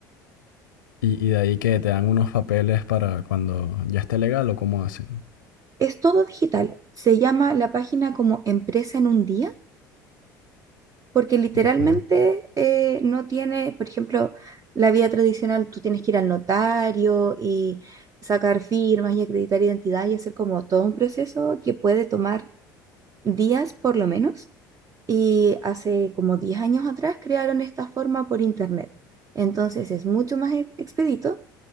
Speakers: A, on the left; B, on the right.
A: Y, y de ahí que te dan unos papeles para cuando ya esté legal o cómo hacen.
B: Es todo digital. Se llama la página como Empresa en un día, porque literalmente
A: Ok.
B: eh, no tiene, por ejemplo, la vía tradicional, tú tienes que ir al notario y sacar firmas y acreditar identidad y hacer como todo un proceso que puede tomar días por lo menos. Y hace como 10 años atrás crearon esta forma por internet. Entonces es mucho más e- expedito,